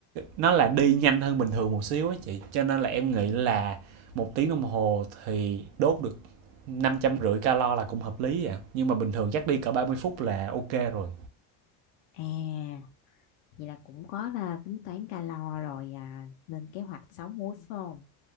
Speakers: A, on the right; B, on the left.
A: nó là đi nhanh hơn bình thường một xíu á chị. Cho nên là em nghĩ là một tiếng đồng hồ thì đốt được năm trăm rưỡi calo là cũng hợp lý vậy nhưng mà bình thường chắc đi cỡ 30 phút là ok rồi
B: à vậy là cũng có là tính toán calo rồi à, nên kế hoạch sống muối phải không